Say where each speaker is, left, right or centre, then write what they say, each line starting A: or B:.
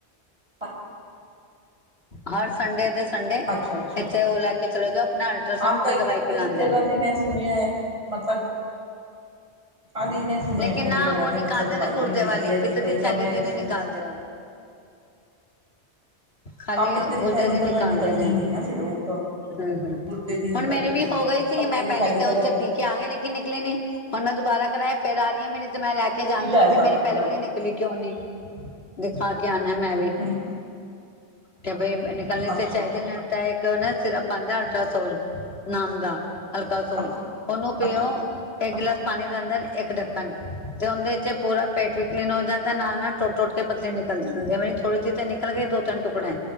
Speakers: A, on the right; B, on the left.
A: <unintelligible>
B: ਹਰ ਸੰਡੇ ਦੇ- ਸੰਡੇ
A: ਅੱਛਾ ਅੱਛਾ
B: ਇੱਥੇ ਉਹ ਲੈ ਕੇ ਚਲੇ ਜਾਓ ਆਪਣਾ ਅਲਟਰਾਸਾਊੰਡ
A: ਹਾਂ ਕ
B: ਤੇ ਦਵਾਈ ਪਿਂਲਾਦੇ
A: ਕਈ ਜਗ੍ਹਾ
B: ਨੇ-
A: ਤੇ ਮੈਂ ਸੁਣਿਆ ਹੈ ਮਤਲਬ ਹਾਂ ਨਹੀਂ ਮੈਂ ਸੁਣਿਆ
B: ਲੇਕਿਨ
A: ਕਈ
B: ਨਾ
A: ਜਗ੍ਹਾ
B: ਉਹ
A: ਤੇ
B: ਨਿਕਾਲਦੇ
A: ਮਤਲਬ ਦਵਾਈ
B: ਨਾ
A: ਵੀ
B: ਗੁਰਦੇ
A: ਮਿਲਦੀ
B: ਵਾਲੀ
A: ਹੈ ਇਹਦੀ
B: ਪਿਤ
A: ਕਈ
B: ਦੀ ਥੈਲੀ
A: ਤਾਂ ਮੈਂ
B: ਦੀ ਨੀ
A: ਸੁਣ
B: ਨਿਕਾਲਦੇ ਉਹ ਖਾਲੀ
A: ਹਾਂ ਪਿੱਤੇ
B: ਗੁਰਦੇ
A: ਥੈਲੀ
B: ਦੀ ਨਿਕਾਲਦੇ
A: ਤਾਂ ਨਿਕਲਦੀ
B: ਨੇ
A: ਨੀ ਨਾ ਫਿਰ ਉਹ ਤਾਂ
B: ਹੂੰ-ਹੂੰ
A: ਗੁਰਦੇ ਦੀ ਨਿਕਲਦੀ
B: ਹੁਣ ਮੇਰੀ ਵੀ
A: ਗੀ
B: ਹੋ ਗਈ ਸੀ
A: ਪੱਤੇ
B: ਮੈਂ
A: ਦੀ
B: ਪਹਿਲੇ
A: ਥੈਲੀ ਤਾਂ
B: ਉੱਥੇ
A: ਕਹਿੰਦੇ
B: ਪੀ ਕੇ ਆ ਗਏ ਨੀ ਨਿਕਲੇ ਨ ਹੁਣ ਮੈਂ ਮੈ ਫੇਰ ਆ ਰਹੀ ਹੈ ਮੇਰੀ ਮੈਂ ਲੈ ਕੇ ਜਾਗੀ
A: ਪੀਲਾ
B: ਕਿ
A: ਹੈ ਸਾਰਾ
B: ਬਈ ਮੇਰੀ
A: ਪੀਲਾ
B: ਪਹਿਲੇ ਵ
A: ਹੋ
B: ਨਿਕਲੀ ਕਿਉਂ ਨਹੀਂ ਦਿਖਾ ਕੇ ਆਂਣ- ਨਾ ਮੈਂ ਵੀ-
A: ਰਿਹਾ
B: ਕਿ ਬਈ- ਨਿਕਲਣੇ
A: ਅੱਛਾ
B: ਤਾਂ ਚਾਹੀਦੇ ਨੇ ਚਾਹੈ- ਉਹਨ ਸਿਰਪ ਪਾਉਂਦੇ ਅਲਟਰਾਸੋਲ ਨਾਮ ਦਾ ਅਲਕਾਸੋਲ
A: ਅੱਛਾ
B: ਉਹਨੂੰ ਪਿਓ
A: ਅੱਛਾ
B: ਇੱਕ
A: ਅੱਛਾ
B: ਗਲਾਸ ਅੰਦਰ ਇੱਕ ਡੱਕਣ ਤੇ ਉਹਦੇ ਤੇ ਪੂਰਾ ਪੇਟ ਵੀ ਕਲੀਨ ਹੋ ਜਾਂਦਾ ਨਾਲ ਟੁੱਟ- ਟੁੱਟ ਕੇ ਪੱਥਰੀ ਨਿਕਲ ਜਾਂਦੀ ਮੇਰੀ ਥੋੜੀ ਜਿਹੀ ਤੇ ਨਿਕਲ ਗੲਈ ਦੋ- ਤਿੰਨ ਟੁਕੜੇ